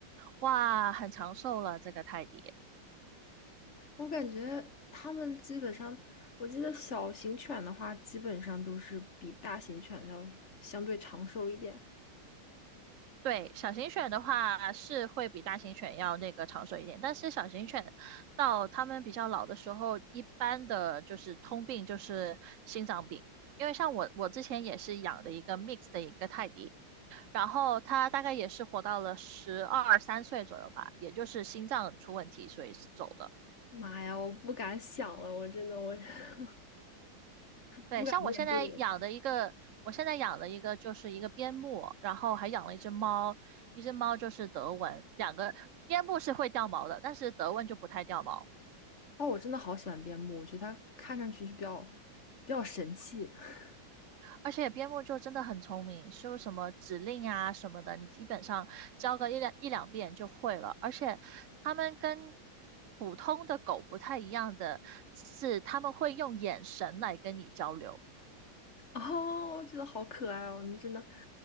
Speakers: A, on the right; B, on the left.
A: 哇，很长寿了这个泰迪。
B: 我感觉他们基本上，我记得小型犬的话，基本上都是比大型犬要相对长寿一点。
A: 对，小型犬的话是会比大型犬要那个长寿一点，但是小型犬到它们比较老的时候，一般的就是通病就是心脏病。因为像我，我之前也是养的一个 mix 的一个泰迪，然后它大概也是活到了十二三岁左右吧，也就是心脏出问题，所以是走的。
B: 妈呀，我不敢想了，我真的我 <laughs> 不不敢面对了。
A: 对，像我现在养的一个，我现在养的一个就是一个边牧，然后还养了一只猫，一只猫就是德文，两个边牧是会掉毛的，但是德文就不太掉毛，
B: 哦，我真的好喜欢边牧，我觉得它看上去就比较比较神气。<laughs>
A: 而且边牧就真的很聪明，是什么指令啊什么的，你基本上教个一两一两遍就会了，而且它们跟普通的狗不太一样的是，它们会用眼神来跟你交流。
B: <laughs> 哦，我觉得好可爱哦，那真的，